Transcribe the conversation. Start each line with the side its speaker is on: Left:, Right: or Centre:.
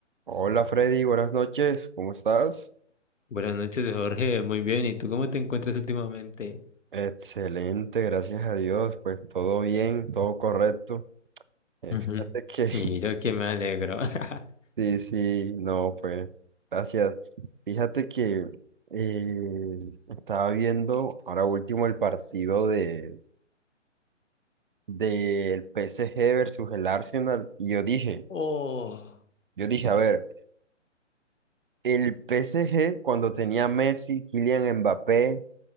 Right: Hola Freddy, buenas noches, ¿cómo estás?
Left: Buenas noches, Jorge. Muy bien. ¿Y tú cómo te encuentras últimamente?
Right: Excelente, gracias a Dios, pues todo bien, todo correcto. Eh,
Left: Ujú.
Right: fíjate que,
Left: Y yo que me alegro. <laughs>
Right: <laughs> sí, sí, no, pues, gracias. Fíjate que eh, estaba viendo ahora último el partido de del PSG versus el Arsenal y yo dije,
Left: Oh.
Right: yo dije, a ver, el PSG cuando tenía Messi, Kylian Mbappé,